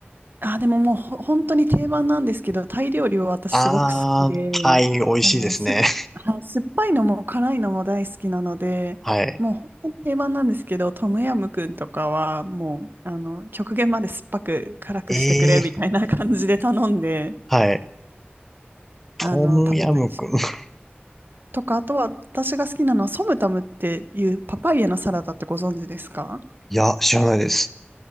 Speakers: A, on the right (about 60°); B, in the centre.
A: あ、でももうほ本当に定番なんですけど、タイ料理は私すごく好きで、
B: あー、タイ美味しいですね。
A: あの、す、はい酸っぱいのも辛いのも大好きなので、
B: <laughs> はい。
A: もう本当に定番なんですけど、トムヤムクンとかはもう、あの、極限まで酸っぱく辛くしてくれみたいな感じで頼んで、
B: ええはい。トムヤムクン。
A: あの、食べたりします。
B: <laughs>
A: とか、あとは私が好きなのはソムタムっていうパパイヤのサラダってご存知ですか
B: いや、知らないです。